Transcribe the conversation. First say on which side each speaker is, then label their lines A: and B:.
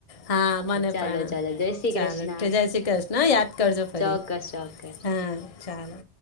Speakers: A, on the left; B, on the left.
A: હા મને
B: ચાલો
A: પણ
B: ચાલો જય શ્રી
A: ચાલો
B: કૃષ્ણ
A: જય શ્રી કૃષ્ણ યાદ કરજો ફરી
B: ચોક્કસ ચોક્કસ
A: હા. ચાલો